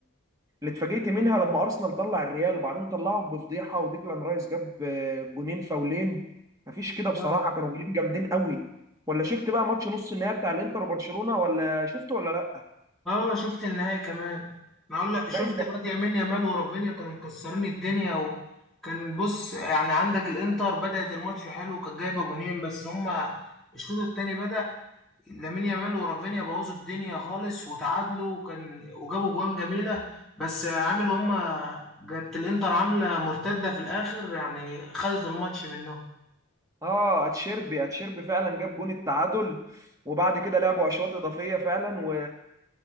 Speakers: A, on the right; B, in the centre.
A: اللي اتفاجئت منها لما ارسنال طلع الريال وبعدين طلعه بفضيحه وديكلان رايس جاب آه، جونين فاولين مفيش كده بصراحه
B: اه
A: كانوا جولين جامدين قوي ولا شفت بقى ماتش نص النهائي بتاع الانتر وبرشلونه ولا شفته ولا لا
B: اه شفت النهائي كمان انا اقول لك شفت
A: لا ان
B: الواد يمين يامال ورافينيا كانوا مكسرين الدنيا وكان بص يعني عندك الانتر بدأت الماتش حلو كانت جايبه جونين بس هما الشوط الثاني بدأ لامين يامال ورافينيا بوظوا الدنيا خالص وتعادلوا وكان وجابوا جوان جميله بس عامل هما جت الانتر عامله مرتده في الاخر يعني خدت الماتش منهم
A: اه اتشيربي اتشيربي فعلا جاب جون التعادل وبعد كده لعبوا اشواط اضافيه فعلا و